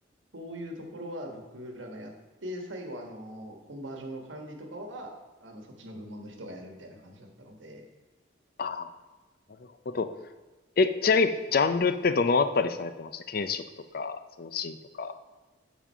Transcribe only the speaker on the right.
そういうところは僕らがやって、最後、あの、コンバージョンの管理とかは、あの、そっちの部門の人がやるみたいな感じだったので、